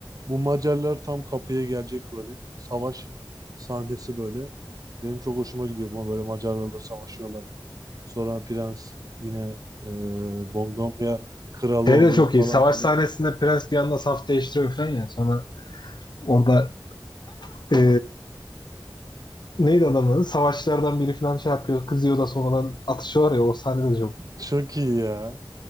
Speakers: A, on the right; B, on the left.
A: bu Macarlar tam kapıya gelecek böyle. Savaş sahnesi böyle. Benim çok hoşuma gidiyor. Bu böyle Macarlarla savaşıyorlar. Sonra prens yine e, Bogdomya kralı
B: Şey
A: oluyor
B: de çok iyi.
A: falan
B: Savaş
A: filan.
B: sahnesinde Prens bir anda saf değiştiriyor falan ya. Sonra orada e, neydi adamın adı? Savaşçılardan biri falan şey yapıyor. Kızıyor da sonradan atışıyorlar ya. O sahne de çok iyi.
A: Çok iyi ya.